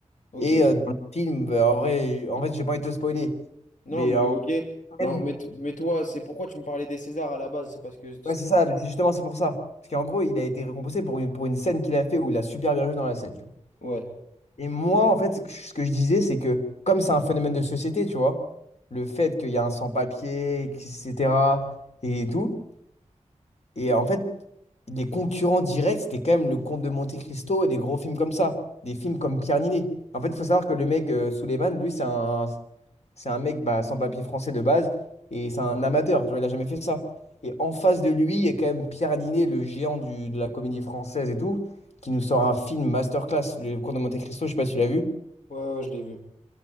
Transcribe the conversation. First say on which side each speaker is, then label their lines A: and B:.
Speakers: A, on the left; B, on the left.
A: Ok.
B: Et euh, dans le film, bah, en vrai, en fait, j'ai pas envie de te spoiler.
A: Non,
B: Mais
A: mais
B: euh, en
A: ok.
B: scène-
A: Non, mais, t- mais toi, c'est pourquoi tu me parlais des Césars à la base? C'est parce que...
B: ouais, c'est ça. mais c'est justement, c'est pour ça. Parce qu'en gros, il a été récompensé pour une, pour une scène qu'il a fait où il a super bien joué dans la scène. tu vois.
A: Ouais.
B: Et moi, en fait, ce que je ce que je disais, c'est que comme c'est un phénomène de société, tu vois, le fait qu'il y a un sans-papier, etc., et tout, et en fait, les concurrents directs, c'était quand même le Comte de Monte-Cristo et des gros films comme ça, des films comme Pierre Niney. En fait, il faut savoir que le mec, euh, Suleiman, lui, c'est un, c'est un mec bah, sans-papier français de base, et c'est un amateur, tu vois, il a jamais fait ça. Et en face de lui, il y a quand même Pierre Niney, le géant du, de la comédie française et tout, qui nous sort un film masterclass, le Comte de Monte-Cristo, je sais pas si tu l'as vu.
A: Ouais, ouais, je l'ai vu.